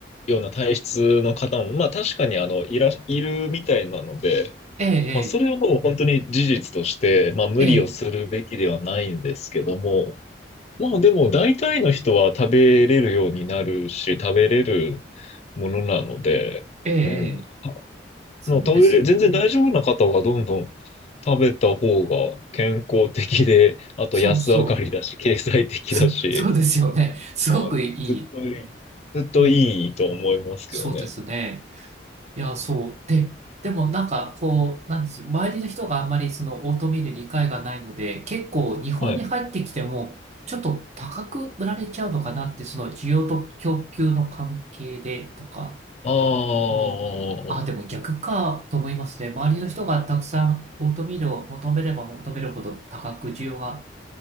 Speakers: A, on the left (about 35°); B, on the right (about 40°).
A: ような体質の方も、まあ確かにあの、いら、いるみたいなので、
B: ええ
A: まあ、それはもう本当に事実として、まあ、無理をするべきではないんですけども、
B: ええ
A: まあ、でも大体の人は食べれるようになるし、食べれるものなので、
B: ええええ
A: うん。まあ
B: そうですよね。
A: もう食べれ、全然大丈夫な方はどんどん食べた方が健康的で、あと安上がりだし、
B: そうそう。
A: 経済的だし、
B: そう、そうですよね。すごくいい。
A: はい。ずっといい。
B: いい
A: ずっといいと思いますけどね。
B: うんそうですね。いや、そう。で、でもなんか、こう、なんですよ。周りの人があんまりそのオートミール理解がないので、結構日本に入ってきても、
A: はい。
B: ちょっと高く売られちゃうのかなって、その需要と供給の関係でとか
A: ああ、
B: 思った。あ、でも逆かと思いますね。周りの人がたくさんオートミールを求めれば求めるほど高く、需要が